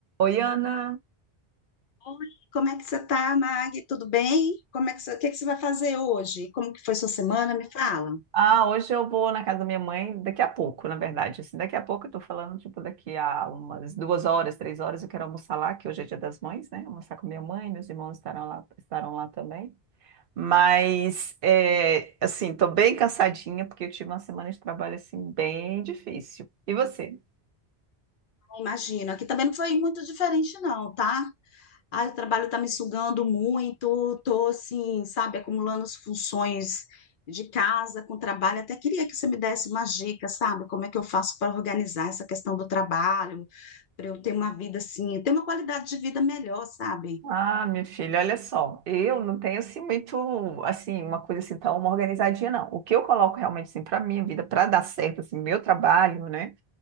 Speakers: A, on the right; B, on the left.
A: Oi, Ana.
B: Oi, como é que você tá, Mag? Tudo bem? Como é que você, o que é que você vai fazer hoje? Como que foi sua semana? Me fala. Ah,
A: Ah, hoje eu vou na casa da minha mãe daqui a pouco, na verdade. Assim, daqui a pouco eu tô falando, tipo, daqui a umas duas horas, três horas, eu quero almoçar lá, que hoje é Dia das Mães, né? Almoçar com minha mãe, meus irmãos estarão lá, estarão lá também. Mas, é, assim, tô bem cansadinha, porque eu tive uma semana de trabalho, assim, bem difícil. E você?
B: Imagino, aqui também não foi muito diferente não, tá? Ah, o trabalho tá me sugando muito, tô assim, sabe, acumulando as funções de casa com trabalho. Até queria que você me desse uma dicas, sabe? Como é que eu faço para organizar essa questão do trabalho, para eu ter uma vida assim, ter uma qualidade de vida melhor, sabe?
A: Ah, minha filha, olha só, eu não tenho assim muito, assim, uma coisa assim tão uma organizadinha não. O que eu coloco realmente assim para minha vida, para dar certo assim, meu trabalho, né?